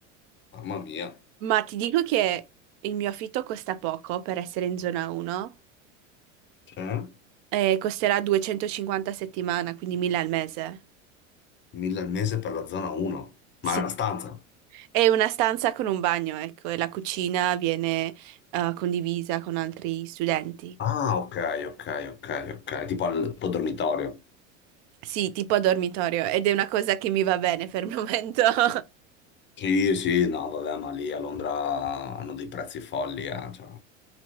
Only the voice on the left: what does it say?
mamma mia.
Cioè?
1000 al mese per la zona 1, ma
è una stanza.
Ah, ok, ok, ok, ok, tipo al tuo dormitorio.
Sì, sì, no, vabbè, ma lì a Londra hanno dei prezzi folli, eh, cioè,